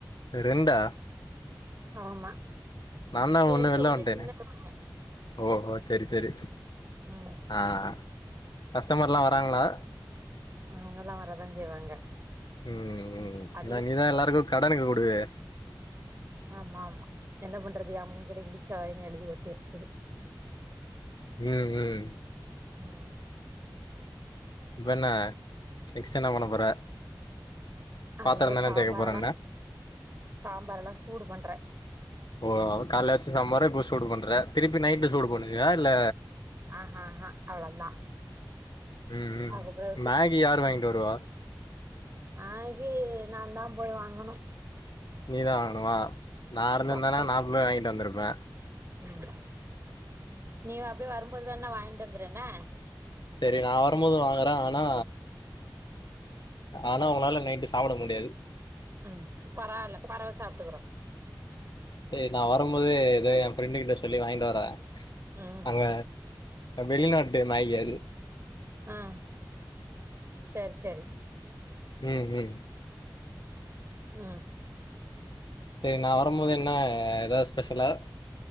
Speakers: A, on the left; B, on the right.
A: ரெண்டா
B: ஆமா
A: நாந்தா
B: பெருசு
A: ஒன்னு வெல்ல
B: ஒண்ணு
A: வண்டனே
B: சின்னது ஒண்ணு
A: ஓஹோ செரி செரி
B: ம்
A: ஆஹ் கஸ்டமர்ல்லா வராங்களா
B: அவங்கல்லா வரதா செய்வாங்க
A: உம் ம்
B: அதிக
A: ஏன்னா நீதா எல்லாருக்கு கடனுக்கு குடு <unintelligible>
B: ஆமா ஆமா என்ன பண்றது ஏ மூஞ்சில இழிச்ச வாயினு எழுதி ஓட்டிருக்கு
A: உம் உம்
B: ம்
A: பண்ண நெக்ஸ்ட் என்ன பண்ணப் போற
B: அதா
A: பாத்தரந்தான
B: சாம்பார்
A: தேக்க போற
B: எல்லா
A: என்ன
B: சாம்பார் எல்லா சூடு பண் ட்ற
A: ஓ கால வெச்ச சாம்பார இப்போ சூடு பண்ற திருப்பி நைட் சூடு பண்ணுவியா இல்ல
B: ஆஹ்ஹஹா அவ்ளந்தா
A: ம் உம்
B: அதுக்கப்றோ
A: மேகி யார் வாங்கிட்டு வருவா
B: நாளைக்கு நான் தான் போய் வாங்கனும்
A: நீதான் வாங்கனுமா நான் இருந்து இருந்தானா
B: அப்பா
A: நாற்பள்ள வாங்கிட்டு வந்திருப்பேன்
B: ம் நீ அப்படியே வரும்போது வேண வாங்கிட்டு வந்துறன என்ன
A: செரி நான் வரும்போது வாங்குறேன் ஆனா ஆனா உன்னால நைட்டு சாப்பிட முடியாது
B: உம் பரவாயில்ல பறவு சாப்பிட்டுக்கறோம்
A: சரி நான் வரும்போது ஏதோ என் ஃப்ரெண்டு கிட்ட சொல்லி வாங்கிட்டு வரேன்
B: ம்
A: அங்க வெளிநாட்டு நாய்க அது
B: ஆஹ் சேர் சேரி
A: உம் உம்
B: உம்
A: சேரி நான் வரும்போது என்ன ஏதாவது ஸ்பெஷலா